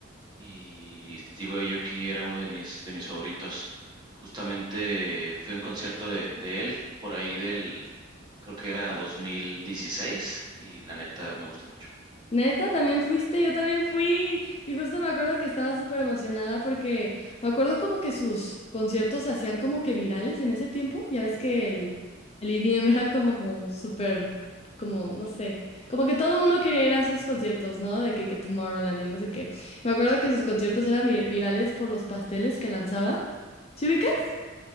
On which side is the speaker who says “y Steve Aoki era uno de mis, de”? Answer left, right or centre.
Right